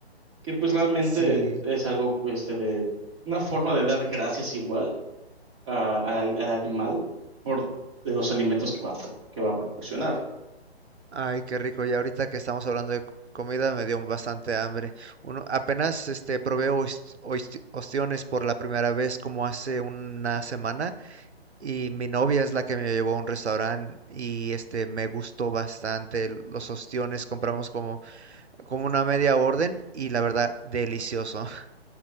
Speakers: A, on the right (about 25°); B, on the right (about 85°).
A: que pues realmente
B: sí.
A: es algo, este, de una forma de dar gracias igual a- al, al- al animal por de los alimentos que va, a pro- que va a proporcionar.
B: Ay, qué rico. Ya ahorita que estamos hablando de c- comida me dio bastante hambre. Uno, apenas este probé ois- ois- ostiones por la primera vez como hace una semana y mi novia es la que me llevó a un restaurante y este me gustó bastante los ostiones. Compramos como como una media orden y la verdad delicioso.